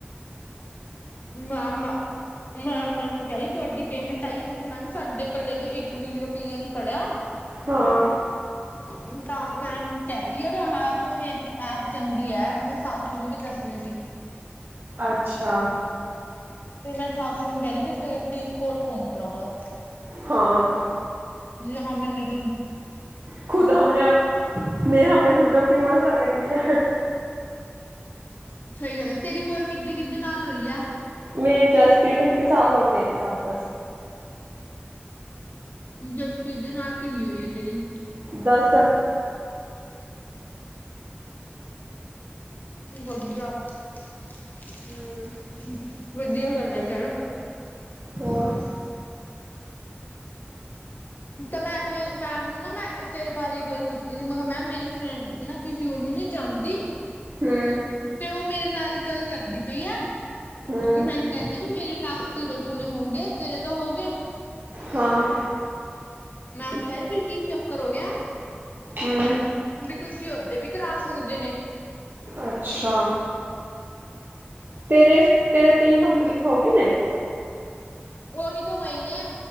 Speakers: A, on the left (about 45°); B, on the right (about 55°).
A: <inaudible> ਮੈਂ ਮੈਨੂੰ ਕਹਿਦੀ ਤੁਹਾਡੀ ਪੇਮੈਂਟ ਆਈ ਆ ਮੈਂ ਕਿਹਾ ਮੈਮ ਸਾਡੇ ਪੱਲੇ ਤੋਂ ਇੱਕ ਵੀ ਰੁਪਈਆ ਨੀ ਪੜਿਆ
B: ਹਾਂ
A: <inaudible> ਤਾਂ ਮੈ ਕ ਸੀਗਾ ਇਹ ਐਪ ਚੰਗੀ ਐ ਮੈਂ ਸਾਕਸ਼ੀ ਨੂੰ ਵੀ ਦੱਸਦੀ ਸੀ
B: ਅੱਛਾ
A: ਤੇ ਮੈਂ ਸਾਕਸ਼ੀ ਨੂੰ ਕਹਿ ਰਹੀ ਵੀ ਤੇਰੀ ਤੀਸ ਕੋਲ ਕੌਣ ਕਰਾਵਾਂਗਾ
B: ਹਾਂ
A: ਜਹਾਂ ਮੈਂਨੇ ਤੋਂ,
B: ਖੁਦ ਹਮਣੇ ਆਪ ਮੈਂ ਹਮਣੇ ਖੁਦ ਆਪਣੀ ਮਸਾਂ ਕਰੀ ਐ
A: ਸਹੀ ਗੱਲ ਐ ਤੇਰੀ ਹੋਰ ਕਿੱਦੇ-ਕਿੱਦੇ ਨਾਲ ਹੋਈ ਹੈ
B: ਮੇਰੀ ਜਸਪ੍ਰੀਤ ਕੇ ਸਾਥ ਔਰ ਤੇਰੇ ਸਾਥ ਬਸ
A: ਜਸਪ੍ਰੀਤ ਦੇ ਨਾਲ ਕਿੰਨੀ ਹੋਈ ਐ ਤੇਰੀ
B: ਦਸ
A: ਵਧੀਆ-ਵਧੀਆ
B: ਹਮ
A: ਗੱਲ ਐ ਚਲ
B: ਹੋਰ
A: ਤਾਂ ਮੈਮ ਨੇ ਮੈਮ ਨੂੰ ਨਾ ਮੈਂ ਤੇਰੇ ਬਾਰੇ ਗੱਲ ਕੀਤੀ ਸਮਹਾ ਮੈਮ ਮੇਰੀ ਫਰੈਂਡ ਦੀ ਨਾ ਕਿਸੇ ਔਰ ਨੂੰ ਨੀ ਜਾਣਦੀ
B: ਹਮ
A: ਤੇ ਉਹ ਮੇਰੇ ਨਾਲ ਗੱਲ ਕਰਦੀ ਪਈ ਐ
B: ਹਮ
A: ਉਹ ਮੈਨੂੰ ਕਹਿੰਦੀ ਵੀ ਮੇਰੇ ਟਾਸਕ ਕਿਵੇਂ ਪੂਰੇ ਹੋ ਗਏ ਤੇਰੇ ਤੋਂ ਹੋ ਗਏ
B: ਹਾਂ
A: ਮੈਮ ਕਹਿ ਰਹੀ ਫਿਰ ਕੀ ਚੱਕਰ ਹੋ ਗਿਆ
B: ਹੂੰ
A: ਵੀ ਤੁਸੀਂ ਓਦੇ ਵੀ ਕਰਾ ਸਕਦੇ ਨੇ
B: ਅੱਛਾ ਤੇਰੇ ਤੇਰੇ ਤੀਹ ਕੰਪਲੀਟ ਹੋ ਗਏ ਨੇ।
A: ਉਹੀ ਤਾਂ ਹੋਏ ਨੇ,